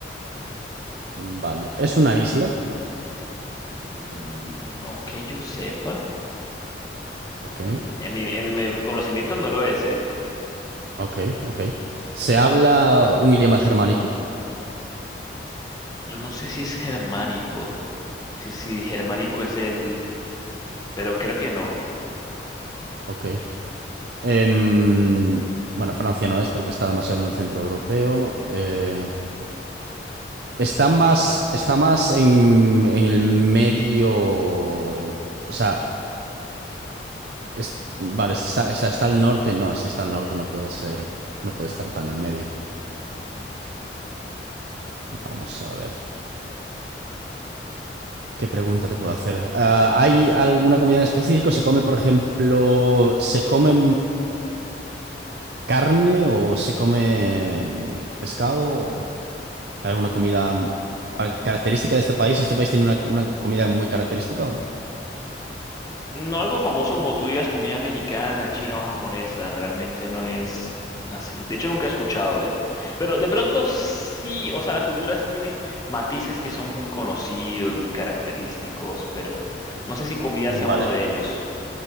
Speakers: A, on the right; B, on the left.
A: Mm, Vale. ¿Es una isla?
B: Mm, No que yo sepa.
A: Ok,
B: En en mi, en mi me- conocimiento no lo es, ¿eh?
A: ok, ok. ¿Se habla un idioma germánico?
B: Yo no sé si es germánico. Si, si germánico es el, pero creo que no.
A: Ok. Em, bueno, Francia no es porque está demasiado en el centro europeo. Eh, está más, está más en, en el medio... O sea, es- vale, si está, está, está al norte. No, si está al norte no puede ser, no puede estar tan al medio. Vamos a ver. ¿Qué pregunta te puedo hacer? Ah, ¿hay alguna comida en específico? ¿Se come, por ejemplo, se come carne o se come pescado? ¿Hay alguna comida par- característica de este país? ¿Este país tiene una, una comida muy característica o no?
B: No algo famoso como tú digas, comida mexicana, china o japonesa, realmente no es así. De hecho, nunca he escuchado, ¿eh? Pero de pronto sí, o sea, la cultura sí tiene matices que son muy conocidos, muy característicos, pero no sé si comida
A: Vale.
B: sea uno de ellos,